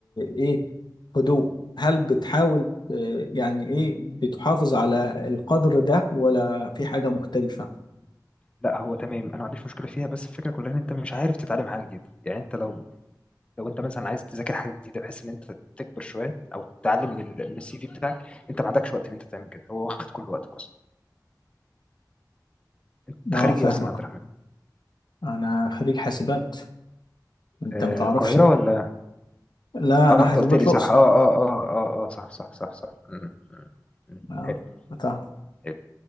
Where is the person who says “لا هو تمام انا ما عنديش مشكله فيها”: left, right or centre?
Left